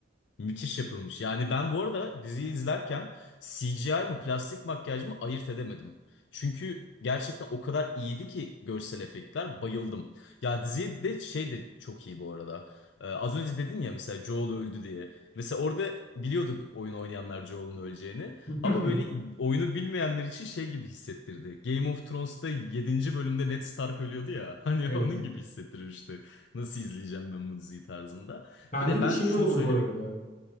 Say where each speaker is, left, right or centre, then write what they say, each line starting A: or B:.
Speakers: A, on the left; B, on the left.
A: Müthiş yapılmış. Yani ben bu arada diziyi izlerken CGI mı plastik makyaj mı ayırt edemedim. Çünkü gerçekten o kadar iyiydi ki görsel efektler bayıldım. Ya diziye de şey de çok iyi bu arada. Ee, az önce dedin ya mesela Joel öldü diye. Mesela orada biliyordu oyun oynayanlar Joel'un öleceğini.
B: <laughs>
A: Ama böyle oyunu bilmeyenler için şey gibi hissettirdi. Game of Thrones'ta yedinci bölümde Ned Stark ölüyordu ya. <laughs> Hani
B: Evet.
A: onun gibi hissettirmişti. Nasıl izleyeceğim ben bu diziyi tarzında.
B: Bende
A: Bir de ben
B: de şey
A: şunu
B: oldu
A: söylemek
B: bu arada.